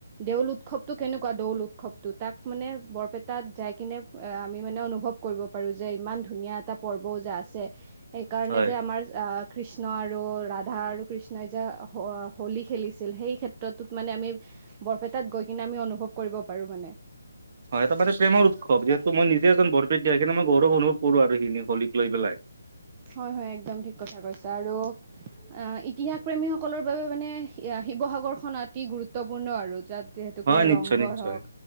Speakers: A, on the right (about 20°); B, on the right (about 40°).
A: দেউল উৎসৱটো কেনেকুৱা দৌল উৎসৱ তো তাত মানে বৰপেটাত যাই কিনে এ আমি মানে অনুভৱ কৰিব পাৰো যে ইমান ধুনীয়া এটা পৰ্বও যে আছে যে সেইকাৰণে
B: হয়
A: যে আমাৰ অ, কৃষ্ণ আৰু ৰাধা আৰু কৃষ্ণই যে হ-হোলী খেলিছিল সেই ক্ষেত্ৰটোত মানে আমি বৰপেটাত গৈ কিনে আমি অনুভৱ কৰিব পাৰো মানে।
B: হয় এটা মানে প্ৰেমৰ উৎসৱ যিহেতু মই নিজে এজন বৰপেটিয়া সেইকাৰণে মই গৌৰৱ অনুভৱ কৰো আৰু সিখিনি হোলীক লৈ পেলাই।
A: হয়-হয় একদম ঠিক কথা কৈছ আৰু অ, ইতিহাস প্ৰেমীসক সকলৰ বাবে মানে এয়া শিৱসাগৰখন অতি গুৰুত্বপূৰ্ণ আৰু যাত যিহেতুকে
B: হয় নিশ্চয়
A: ৰংঘৰ
B: নিশ্চয়
A: হওঁক,